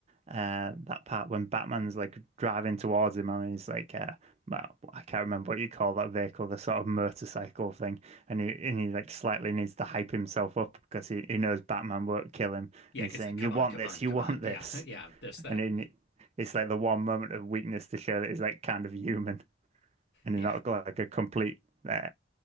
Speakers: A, on the right (about 35°); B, on the left (about 60°).
A: uh that part when Batman's like driving towards him and he's like uh well I can't remember what you call that vehicle, the sort of motorcycle thing, and he and he like slightly needs to hype himself up because he, he knows Batman won't kill him,
B: Yeah,
A: and
B: because
A: he's saying
B: like, come
A: you want
B: on, come
A: this,
B: on,
A: you
B: come
A: want
B: on.
A: this,
B: Yeah, <laughs> yeah, this, that.
A: and then it's like the one moment of weakness to show that he's like kind of human and
B: Yeah.
A: you're not like a complete uh,